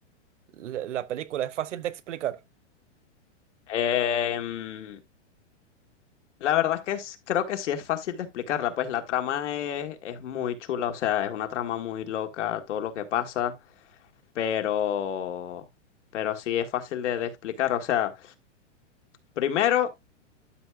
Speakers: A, on the right; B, on the left.
A: la, la película. Es fácil de explicar.
B: Em, la verdad es que es- creo que sí es fácil de explicarla, pues la trama es, es muy chula, o sea, es una trama muy loca, todo lo que pasa, pero, pero sí es fácil de, de explicar, o sea, primero